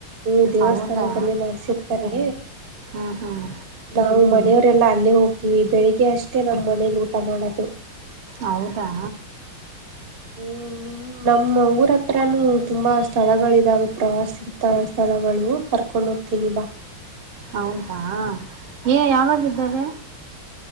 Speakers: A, on the right; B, on the right.
A: ಹ್ಮ್ ದೇವಸ್ಥಾನದಲ್ಲಿ
B: ಹೌದಾ
A: ಮಾಡ್ಸಿರ್ತಾರೆ
B: ಹ್ಮ್ ಹ್ಮ್
A: ನಾವು ಮನೆಯವರೆಲ್ಲಾ ಅಲ್ಲೇ ಹೋಗ್ತೀವಿ ಬೆಳಿಗ್ಗೆ ಅಷ್ಟೇ ನಮ್ಮ್ ಮನೇಲಿ ಊಟ ಮಾಡೋದು
B: ಹೌದಾ
A: ಹ್ಮ್ ನಿನ್ ನಮ್ಮ ಊರತ್ರ ಹತ್ರಾನ ತುಂಬಾ ಸ್ಥಳಗಳಿದಾವೆ ಪ್ರವಾಸಿ ತಳ ಸ್ಥಳಗಳು ಕರ್ಕೊಂಡ ಹೋಗ್ತೀನಿ ಬಾ
B: ಹೌದಾ ಏ ಯಾವಾಗ್ದಿದ್ದಾರೆ